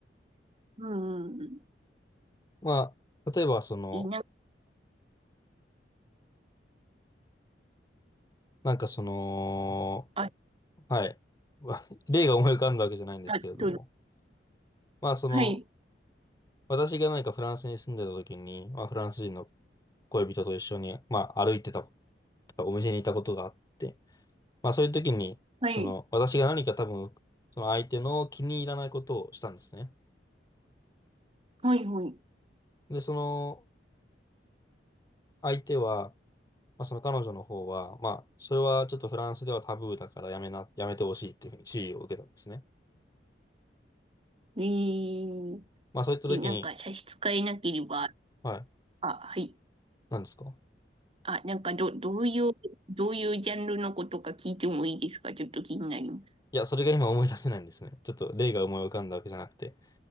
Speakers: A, on the right (about 35°); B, on the left (about 20°).
A: うん、
B: まあ、例えばその、
A: いいな、
B: なんかその、
A: あ、
B: はい。わ例が思い浮かんだわけじゃないんですけれども。
A: あ、どう
B: まあその、
A: はい、
B: 私が何かフランスに住んでた時に、まあフランス人の恋人と一緒に、まあ歩いてた、お店にいたことがあって、まあそういう時に、
A: はい、
B: その、私が何か多分、その相手の気に入らないことをしたんですね。
A: はい、はい。
B: で、その、相手は、まあ、その彼女の方は、まあ、それはちょっとフランスではタブーだからやめな、やめてほしいっていうふうに注意を受けたんですね。
A: えー、
B: まあ、そういった時に、
A: えなんか差し支えなければ、
B: はい、
A: あ、はい。
B: 何ですか
A: あ、なんかど、どういう、どういうジャンルのことか聞いてもいいですかちょっと気になります。
B: いや、それが今思い出せないんですね。ちょっと例が思い浮かんだわけじゃなくて。